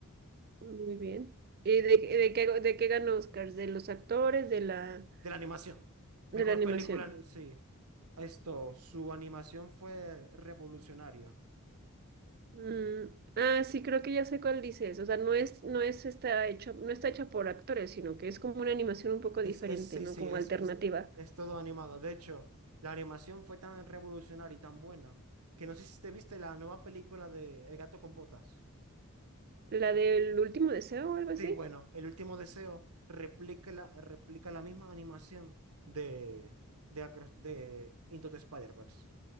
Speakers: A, on the right (about 45°); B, on the right (about 75°).
A: muy bien. ¿Y de, qué- de qué, de qué ganó Oscars? ¿De los actores, de la,
B: de la animación.
A: de
B: Mejor
A: la animación?
B: película, sí. Esto, su animación fue revolucionaria.
A: Mm, ah, sí, creo que ya sé cuál dices. O sea, no es, no es está hecho, no está hecha por actores, sino que es como una animación un poco
B: Es,
A: diferente,
B: es, sí,
A: ¿no?
B: sí,
A: Como
B: es,
A: alternativa.
B: es, es todo animado. De hecho, la animación fue tan revolucionaria y tan buena que no sé si te viste la nueva película de El gato con botas.
A: ¿La del último deseo o algo así?
B: Sí, bueno, El último deseo replica la, replica la misma animación de, de, Acro- de Into the Spider-Verse.